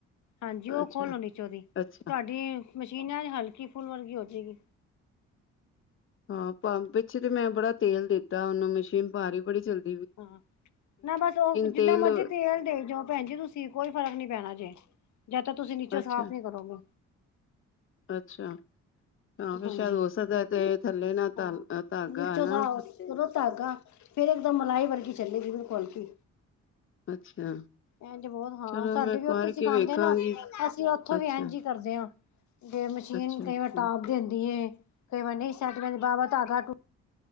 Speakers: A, on the left; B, on the left.
A: ਹਾਂਜੀ ਉਹ
B: ਅੱਛਾ,
A: ਖੋਲੋ ਨੀਚੋਂ ਦੀ ਤੁਹਾਡੀ
B: ਅੱਛਾ
A: ਮਸ਼ੀਨ ਹੈ ਹਲਕੀ ਫੁੱਲ ਵਰਗੀ ਹੋ ਜਾਏਗੀ।
B: ਹਾਂ ਪਿੱਛੇ ਤੇ ਮੈਂ ਬੜਾ ਤੇਲ ਦਿੱਤਾ ਉਹਨੂੰ ਮਸ਼ੀਨ ਪਾ ਰਹੀ ਬੜੀ ਚੱਲਦੀ
A: ਹਾਂ ਨਾ ਬਸ ਉਹ ਜਿੰਨਾ
B: ਤੇਲ
A: ਮਰਜੀ ਤੇਲ ਦੇਈ ਜਾਓ ਭੈਣ ਜੀ ਤੁਸੀਂ ਕੋਈ ਫਰਕ ਨੀ ਪੈਣਾ ਜੇ। ਜਾਂ ਤਾਂ ਤੁਸੀਂ ਨੀਚੋਂ
B: ਅੱਛਾ
A: ਸਾਫ਼ ਨੀ ਕਰੋਗੇ।
B: ਅੱਛਾ ਹਾਂ ਫੇਰ
A: ਹਾਂਜੀ।
B: ਸ਼ਾਇਦ ਹੋ ਸਕਦਾ ਤੇ ਥੱਲੇ ਨਾ ਧਾਲ
A: ਹਾਂ
B: ਧਾਗਾ
A: ਨੀਚੋਂ
B: ਹਨਾ ਫਸਿਆ
A: ਧਾਗਾ ਫੇਰ ਇੱਕਦਮ ਮਲਾਈ ਵਰਗੀ ਚੱਲੇਗੀ ਉਹਨੂੰ ਖਲ ਕੇ
B: ਅੱਛਾ।
A: ਇੰਝ ਬਹੁਤ ਹਾਂ
B: ਚਲੋ
A: ਸਾਡੇ
B: ਮੈਂ
A: ਵੀ
B: ਕਰਕੇ
A: ਉੱਥੇ ਸਿਖਾਉਂਦੇ
B: ਵੇਖਾਂਗੀ
A: ਨਾ ਅਸੀਂ ਉੱਥੋਂ
B: ਅੱਛਾ
A: ਵੀ ਇੰਝ ਹੀ ਕਰਦੇ ਹਾਂ। ਜੇ ਮਸ਼ੀਨ
B: ਅੱਛਾ
A: ਕਈ
B: ਅੱਛਾ
A: ਵਾਰ ਟਾਪ ਦੇ ਹੁੰਦੀ ਹੈ। ਕਈ ਵਾਰੀ ਨਹੀਂ ਸਤ ਵਾਰ ਵਾਵਾ ਧਾਗਾ ਟੁੱਟਦਾ